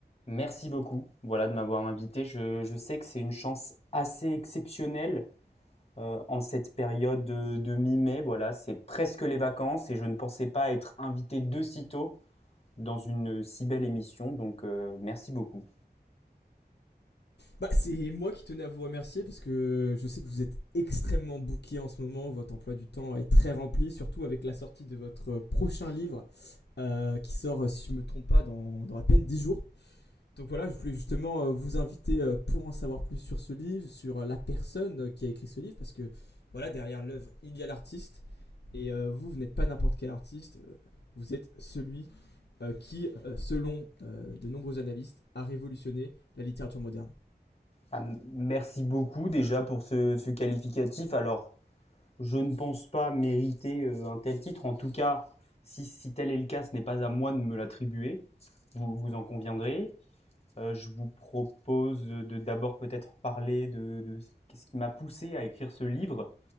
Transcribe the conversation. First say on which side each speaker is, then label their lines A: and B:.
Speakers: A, on the left; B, on the left.
A: Merci beaucoup, voilà, de m'avoir invité. Je, je sais que c'est une chance assez exceptionnelle euh, en cette période de, de mi-mai. Voilà, c'est presque les vacances et je ne pensais pas être invité de si tôt dans une si belle émission. Donc, euh, merci beaucoup.
B: Bah, c'est moi qui tenais à vous remercier parce que je sais que vous êtes extrêmement bouqué en ce moment. Votre emploi du temps est très rempli, surtout avec la sortie de votre prochain livre euh, qui sort, si je ne me trompe pas, dans, dans à peine 10 jours. Donc voilà, je voulais justement euh, vous inviter euh, pour en savoir plus sur ce livre, sur euh, la personne euh, qui a écrit ce livre, parce que voilà, derrière l'œuvre, il y a l'artiste. Et euh, vous, vous n'êtes pas n'importe quel artiste, euh, vous êtes celui euh, qui, euh, selon euh, de nombreux analystes, a révolutionné la littérature moderne.
A: Ah, m- merci beaucoup déjà pour ce, ce qualificatif. Alors, je ne pense pas mériter euh, un tel titre. En tout cas, si, si tel est le cas, ce n'est pas à moi de me l'attribuer. Vous, vous en conviendrez. Euh, je vous propose de d'abord peut-être parler de, de ce qu'est-ce qui m'a poussé à écrire ce livre